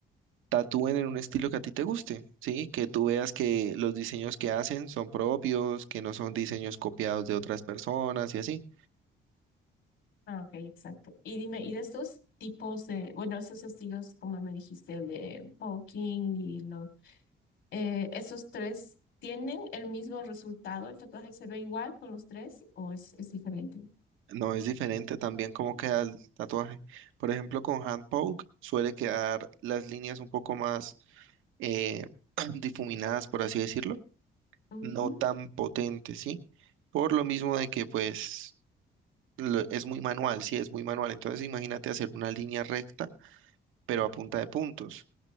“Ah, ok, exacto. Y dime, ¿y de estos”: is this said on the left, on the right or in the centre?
Left